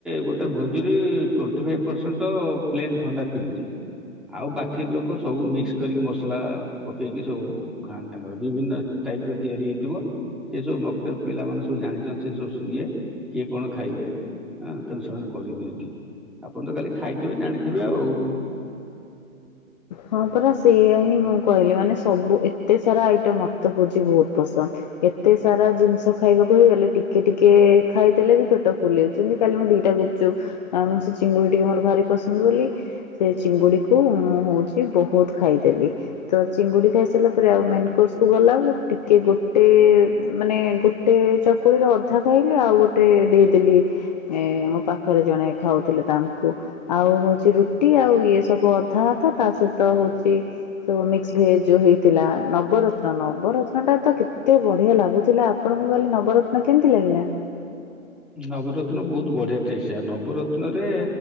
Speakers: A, in the centre; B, on the left.
A: ଗୋଟେ ଭୋଜିରେ ଟନ୍ତି ଫାଇବ ପରସେଣ୍ଟ ତ ପ୍ଲେନ ଥଣ୍ଡା ପିଅନ୍ତି ଆଉ ବାକି ଲୋକ ସବୁ ମିକ୍ସ କରିକି ମସଲା ପକେଇକି ସବୁ ଖାଆନ୍ତି ତାଙ୍କର ବିଭିନ୍ନ ଟାଇପ ର ତିଆରି ହେଇଥିବ ସେ ସବୁ ମକ୍ଟର ପିଲାମାନେ ସବୁ ଜାଣିଛନ୍ତି ସେ ସବୁ ଇଏ କିଏ କଣ ଖାଇବେ ହଁ ତେଣୁ ସେମାନେ କରିଦିଅନ୍ତି ଆପଣ ତ କାଲି ଖାଇଥିବେ ଜାଣିଥିବେ ଆଉ
B: ହଁ ପରା ସେଇଆ ହିଁ ମୁଁ କହିଲି ମାନେ ସବୁ ଏତେ ସାରା ଆଇଟମ ମତେ ଭୋଜି ବହୁତ ପସନ୍ଦ ଏତେ ସାରା ଜିନିଷ ଖାଇବାକୁ ହେଇଗଲେ ଟିକେ ଟିକେ ଖାଇଦେଲେ ବି ପେଟ ଫୁଲିଛି କାଲି ମୁଁ ଦିଟା ଗୁପଚୁପ ମୁଁ ସେ ଚିଙ୍ଗୁଡି ଟିକେ ମୋର ଭାରି ପସନ୍ଦ ବୋଲି ସେ ଚିଙ୍ଗୁଡି କୁ ମୁଁ ହଉଛି ବହୁତ ଖାଇଦେଲି ତ ଚିଙ୍ଗୁଡି ଖାଇ ସାରିଲା ପରେ ଆଉ ମେନ୍ କୋର୍ସ କୁ ଗଲାବେଳକୁ ଟିକେ ଗୋଟେ ମାନେ ଗୋଟେ ଚକୁଳିର ଅଧା ଖାଇଲି ଆଉ ଗୋଟେ ଦେଇଦେଲି। ଏଇ ମୋ ପାଖରେ ଜଣେ ଖାଉଥିଲେ ତାଙ୍କୁ। ଆଉ ହଉଚି ରୁଟି ଆଉ ଇଏ ସବୁ ଅଧା ଅଧା ତା ସହିତ ହଉଚି ତ ମିକ୍ସ ଭେଜ ଯୋଉ ହେଇଥିଲା ନବରତ୍ନ ନବରତ୍ନ ଟା ତ କେତେ ବଢିଆ ଲାଗୁଥିଲା। ଆପଣଙ୍କୁ କାଲି ନବରତ୍ନ କେମିତି ଲାଗିଲା?
A: ନବରତ୍ନ ବହୁତ ବଢିଆ ଟେସଆ ନବରତ୍ନ ରେ